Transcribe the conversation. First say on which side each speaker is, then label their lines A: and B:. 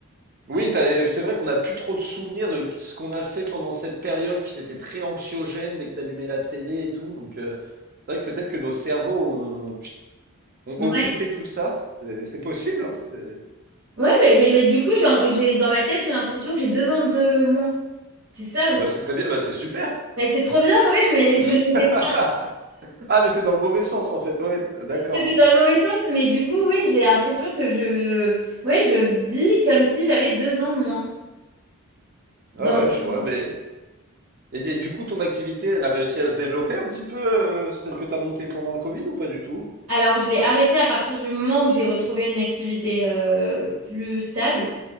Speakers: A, on the right (about 40°); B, on the right (about 65°).
A: Oui, t'as- c'est vrai qu'on n'a plus trop de souvenirs de ce qu'on a fait pendant cette période, puis c'était très anxiogène dès que t'allumais la télé et tout. Donc euh, c'est vrai que peut-être que nos cerveaux ont, ont
B: Ouais,
A: occulté tout ça. C'est c'est possible, hein. C'est-
B: ouais mais, mais- mais du coup, j'ai, j'ai- dans ma tête, j'ai l'impression que j'ai deux ans de moins. C'est ça aussi.
A: Ah bah c'est très bien, bah c'est super.
B: Ben, c'est trop bien, oui, mais
A: <laughs>
B: je les ai pas.
A: Ah mais c'est dans le mauvais sens en fait, ouais, d'accord.
B: Oui, C'est dans le mauvais sens, mais du coup, oui, j'ai l'impression que je, oui, je vis comme si j'avais deux ans de moins.
A: Ah
B: Dans
A: ouais,
B: mon-
A: je vois, mais. Et, et du coup, ton activité, elle a réussi à se développer un petit peu, euh, celle que tu as montée pendant le Covid ou pas du tout?
B: Alors, je l'ai arrêté à partir du moment où j'ai retrouvé une activité euh, plus stable.